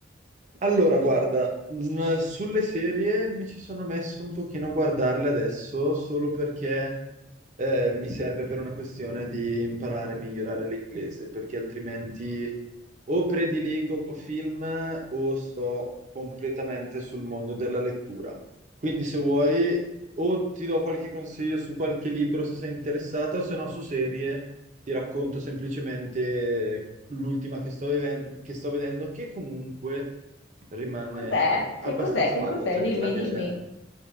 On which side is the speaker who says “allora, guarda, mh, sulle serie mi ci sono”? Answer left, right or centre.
Right